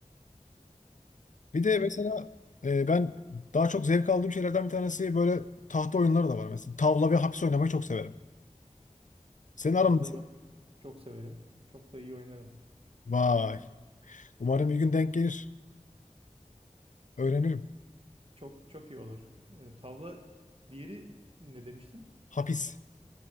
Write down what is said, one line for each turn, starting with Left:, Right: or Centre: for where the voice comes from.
Left: Bir de
Right: Yani
Left: mesela e, ben daha çok zevk aldığım şeylerden bir tanesi böyle tahta oyunları da var. Mesela tavla ve hapis oynamayı çok severim. Senin aran
Right: tavlayı
Left: nasıl?
Right: ben çok çok severim. Çok da iyi oynarım.
Left: Vay. Umarım bir gün denk gelir. Öğrenirim.
Right: Çok çok iyi olur. E, tavla diğeri ne demiştin?
Left: Hapis.